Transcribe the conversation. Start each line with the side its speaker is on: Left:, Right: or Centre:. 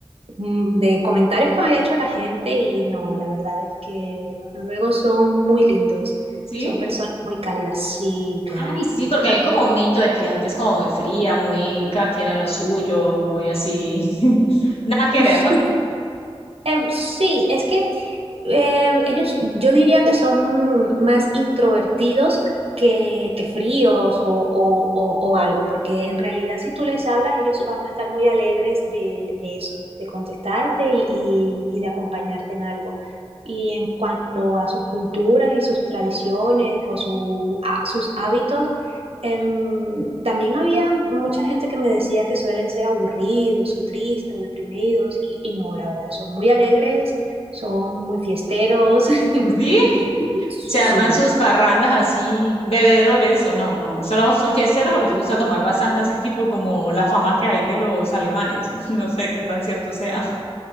Right: mm, de comentarios que me había hecho la gente y no, la verdad es que los noruegos son muy lindos,
Left: ¿Sí?
Right: son personas muy cálidas, sí, claro.
Left: Ay, sí, porque hay como un mito de que la gente es como muy fría, muy cada quien en lo suyo, muy así. <laughs> Nada que
Right: <laughs>
Left: ver, ¿no?
Right: Eh, sí, es que eh, ellos, yo diría que son más introvertidos que, que fríos o, o- o- o algo, porque en realidad si tú les hablas, ellos van a estar muy alegres de, de eso, de contestarte y, y- y de acompañarte en algo. Y en cuanto a sus culturas y sus tradiciones o su- a- sus hábitos, em, también había mucha gente que me decía que suelen ser aburridos o tristes o deprimidos y, y no, la verdad, son muy alegres son muy fiesteros. <laughs>
Left: ¿Sí?
Right: sí.
Left: Se arman sus parrandas así, bebedores o no, no. ¿Solo son fiesteros o les gusta tomar bastante así, tipo como la fama que hay de los alemanes? <laughs> No sé qué tan cierto sea.